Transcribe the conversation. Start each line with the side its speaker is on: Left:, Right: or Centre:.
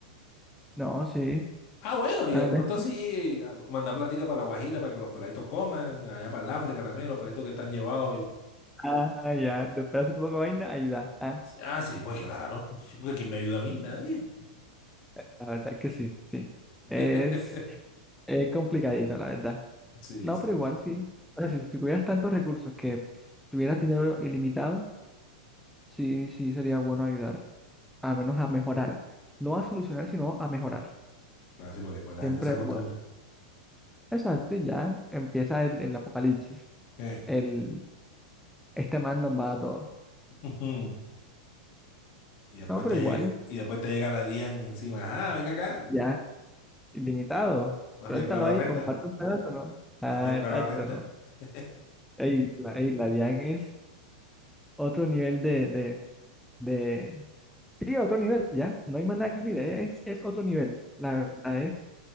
Centre: no, sí,
Left: Ah, bueno, y
Centre: la
Left: de
Centre: verdad.
Left: pronto sí, a- mandar plática para la Guajira para que los peladitos coman, allá para el África también, los peladitos que están llevados. y-
Centre: Ah, ya, después hace tu poco de vaina, ahí da. Ah,
Left: Ah, sí, pues claro, sí, porque ¿quién me ayuda a mí? Nadie.
Centre: la verdad que sí, sí. Es,
Left: <laughs>
Centre: es complicadito, la verdad.
Left: Sí,
Centre: No,
Left: sí,
Centre: pero igual
Left: sí.
Centre: sí. O sea, si, si tuvieras tantos recursos que tuvieras dinero ilimitado, sí, sí sería bueno ayudar, a menos a mejorar. No a solucionar, sino a mejorar.
Left: Claro, sí, porque pues la
Centre: Siempre,
Left: gente se acostumbra.
Centre: es bueno, exacto, y ya empieza el, el apocalipsis.
Left: Eh.
Centre: El, este man nos va a todo.
Left: <laughs> Y después
Centre: No, pero
Left: te,
Centre: igual,
Left: lle- y después te llega la DIAN encima. Ajá, venga acá.
Centre: ya, ilimitado.
Left: No has
Centre: Suéltalo
Left: declarado
Centre: ahí,
Left: renta.
Centre: comparte un pedazo, ¿no? Ah,
Left: No has declarado
Centre: exacto,
Left: renta.
Centre: ¿no?
Left: <laughs>
Centre: Ey, la, ey, la DIAN es otro nivel de, de, de... Sí, otro nivel, ya. No hay más nada que decir, es, es otro nivel. La verdad